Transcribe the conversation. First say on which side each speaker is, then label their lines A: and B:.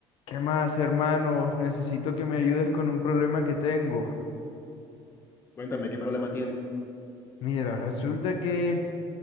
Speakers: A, on the left; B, on the left.
A: ¿Qué más, hermano? Necesito que me ayudes con un problema que tengo.
B: Cuéntame, ¿qué problema tienes?
A: Mira, resulta que